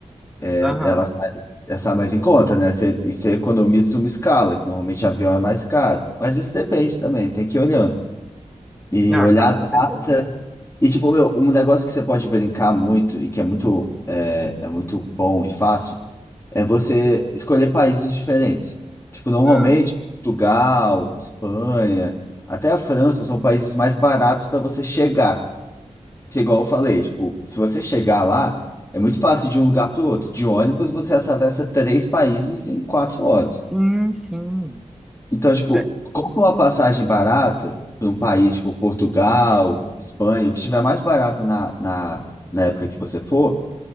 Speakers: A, on the left; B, in the centre.
A: é,
B: aham.
A: ela sai, ela sai mais em conta, né? Você, e você economiza uma escala, que normalmente avião é mais caro. Mas isso depende também, tem que ir olhando. E
B: Ah,
A: olhar
B: cara,
A: a data.
B: com certeza.
A: E, tipo, meu, um negócio que você pode brincar muito e que é muito, é é muito bom e fácil é você escolher países diferentes. Tipo, normalmente,
B: Ah,
A: Portugal, Espanha, até a França são países mais baratos para você chegar. Que é igual eu falei, tipo, se você chegar lá, é muito fácil de um lugar para o outro. De ônibus, você atravessa três países em quatro horas.
B: sim, sim.
A: Então, tipo,
B: É,
A: compra uma passagem barata para um país, tipo, Portugal, Espanha, o que estiver mais barata na, na, na época que você for,